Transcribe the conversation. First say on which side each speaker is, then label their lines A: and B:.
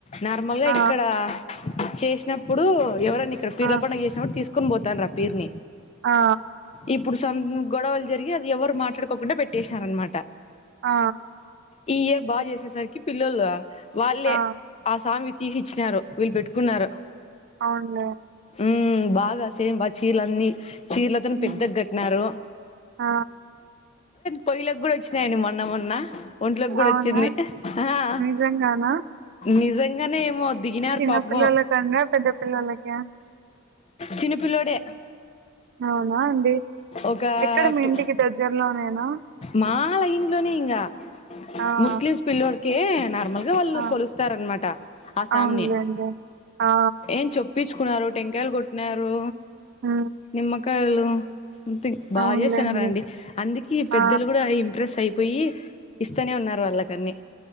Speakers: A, on the left; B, on the right.
A: నార్మల్ గా
B: ఆ!
A: ఇక్కడ చేసినప్పుడు ఎవరని ఇక్కడ పీర్ల
B: ఆ!
A: పండుగ చేసినప్పుడు తీసుకొని పోతాండ్రి ఆ పీరుని
B: ఆ
A: ఇప్పుడు సమ్ గొడవలు జరిగి అది ఎవ్వరు మాట్లాడుకోకుండా పెట్టేసినార అనమాట
B: ఆ
A: ఈ ఇయర్ బాగా చేసేసరికి పిల్లొల్లు వాళ్ళే
B: ఆ!
A: ఆ స్వామి తీసి ఇచ్చినారు వీళ్ళు పెట్టుకున్నారు
B: అవునులే
A: ఉమ్ బాగా సేమ్ చీరలన్నీ చీరలతోనే
B: హ్మ్.
A: పెద్దగ కట్టినారు
B: ఆ!
A: పొయ్యిలోకి కూడా వచ్చినాయండి మొన్న మొన్న ఒంట్లోకి కూడా
B: అవునా?
A: వచ్చింది హా ఆ
B: నిజంగానా?
A: నిజంగానే ఏమో దిగినారు
B: చిన్న
A: పాపము
B: పిల్లల కన్నా పెద్ద పిల్లలకా
A: చిన్నపిల్లోడే
B: అవునా అండి
A: ఒక
B: ఎక్కడ మీ
A: టు
B: ఇంటికి దగ్గర్లోనే నా
A: మా లైన్లోనే ఇంగా
B: ఆ
A: ముస్లిమ్స్ పిల్లోడికే నార్మల్ వే వాళ్ళు
B: ఆ!
A: కొలుస్తారు అనమాట ఆ సామ్ని
B: అవునులేండి. ఆ!
A: ఏం చెప్ పిచ్చుకున్నారు టెంకాయలు కొట్టినారు
B: ఆ
A: నిమ్మకాయలు సంథింగ్ బాగా
B: అవునులేండి.
A: చేస్సనారండి అందుకే ఈ
B: ఆ!
A: పెద్దలు కూడా ఇంప్రెస్స్ అయిపోయి ఇస్తానే ఉన్నారు వాళ్ళకన్నీ